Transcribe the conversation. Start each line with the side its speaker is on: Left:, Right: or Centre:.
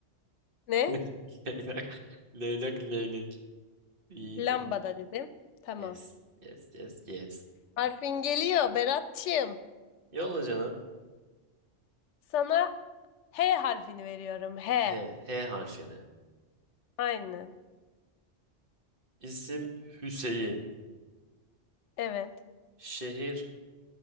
Left: Ne?
Right: <laughs> Leylak. Leylak, leylek. İyiydi.
Left: Lamba da dedim. Tamam.
Right: Yes, yes, yes, yes.
Left: Harfin geliyor Berat'cığım.
Right: Yolla canım.
Left: Sana H harfini veriyorum. H.
Right: H, H harfini.
Left: Aynen.
Right: İsim Hüseyin.
Left: Evet.
Right: Şehir